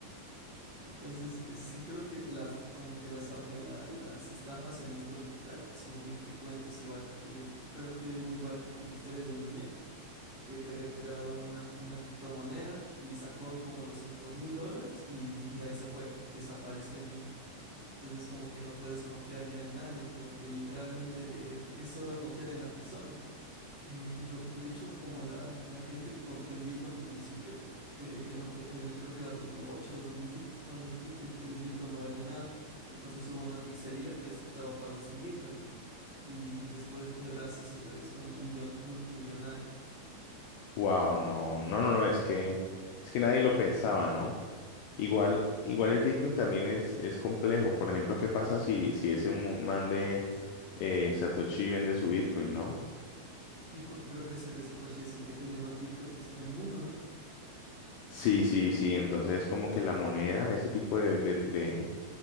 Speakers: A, on the right; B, on the left.
A: Entonces, eh, sí creo que las, como que las, a- la- las estafas en esto digital son muy frecuentes igual. Y creo que hubo igual la historia de un niño que, que había creado una, una criptomoneda y sacó como doscientos mil dólares y, y de ahí se fue. Desapareció el niño. Entonces como que no puedes confiar ya en nadie porque literalmente eh, es solo confiar en la persona. Eh, lo, de hecho, como la, la gente que confió en Bitcoin al principio, eh, que no, co- en el- creo que era 2008, 2010, cuando el, kit- el que el Bitcoin no valía nada. Entonces hubo una pizzería que aceptaba pagos en Bitcoins y, y después y ahora ese señor es como millon, multimillonario.
B: Wow, no, no, no, no, es que, es que nadie lo pensaba, ¿no? Igual, igual el Bitcoin también es, es complejo. Por ejemplo, ¿qué pasa si, si ese mu- man de eh, Satoshi vende su Bitcoin, ¿no?
A: Y porque creo que ese de Satoshi es el que tiene más Bitcoins en el mundo, ¿no?
B: Sí, sí, sí. Entonces, como que la moneda, ese tipo de, de, de,